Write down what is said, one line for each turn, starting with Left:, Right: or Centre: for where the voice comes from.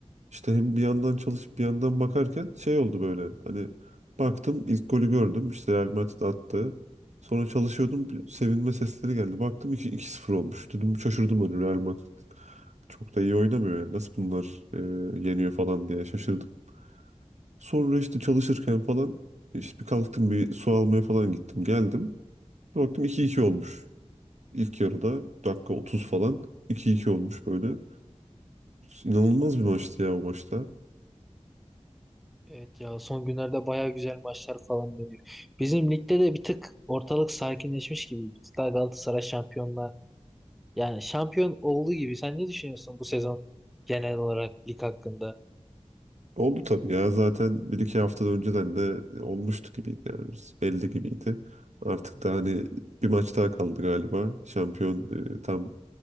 Right: işte hem bir yandan çalışıp bir yandan bakarken şey oldu böyle. Hani baktım ilk golü gördüm. İşte Real Madrid attı. Sonra çalışıyordum bir sevinme sesleri geldi. Baktım iki 2-0 olmuş. Dedim şaşırdım hani Real Madrid. Çok da iyi oynamıyor yani. Nasıl bunlar e, yeniyor falan diye şaşırdım. Sonra işte çalışırken falan işte bir kalktım bir su almaya falan gittim geldim. Baktım iki iki olmuş. İlk yarıda dakika 30 falan iki iki olmuş böyle. İnanılmaz bir maçtı ya o maçta.
Centre: Evet ya son günlerde baya güzel maçlar falan dönüyor. Bizim ligde de bir tık ortalık sakinleşmiş gibi. Bir tık daha Galatasaray şampiyonla yani şampiyon olduğu gibi. Sen ne düşünüyorsun bu sezon genel olarak lig hakkında?
Right: Oldu tabii ya zaten bir iki hafta önceden de olmuştu gibiydi yani biz. Belli gibiydi. Artık da hani bir maç daha kaldı galiba şampiyon e, tam